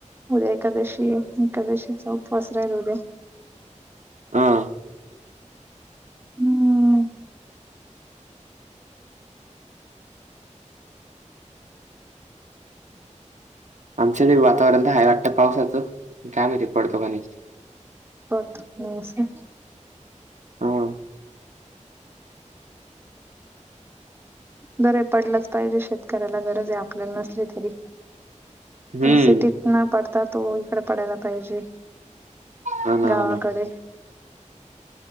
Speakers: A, on the right (about 20°); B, on the right (about 70°).
A: उद्या एकादशी‌ आहे, एकादशीचा उपवास राहील उद्या.
B: आ.
A: हम्म.
B: आमच्यात बी वातावरण तर हाय वाटतं, पावसाचं. काय माहिती, पडतो का नाही.
A: पडतो की नाही असं.
B: हा.
A: बरेय पडलाच पाहिजे. शेतकऱ्याला गरज आहे, आपल्याला नसली तरी.
B: हम्म.
A: पण सिटीत ना पडता, तो इकडे पडायला पाहिजे.
B: हा ना
A: गावाकडे.
B: हा ना